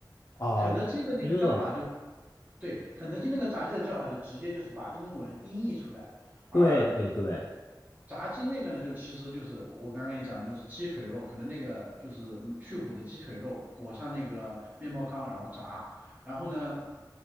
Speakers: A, on the left (about 40°); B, on the right (about 20°).
A: 哦，
B: 肯德基的那个叫法就
A: 原来是这
B: 对，肯德基那个炸鸡的叫法就直接就是把英文音译出来，而
A: 对对对，
B: 炸鸡那个呢，就其实就是我刚刚跟你讲的，就是鸡腿肉，可能那个就是去骨的鸡腿肉裹上那个面包糠，然后炸，然后呢，